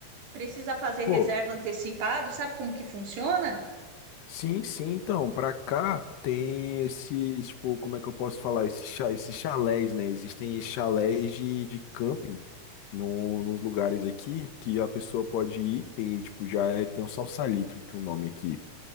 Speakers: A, on the right; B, on the left.
A: Precisa fazer
B: Pô,
A: reserva antecipado? Sabe como que funciona?
B: sim, sim, então, pra cá tem esses, tipo, como é que eu posso falar? Esses, cha- esses chalés, né? Existem chalés de, de camping no, nos lugares aqui que a pessoa pode ir, tem, tipo, já é, tem um salsalito, que é o nome aqui.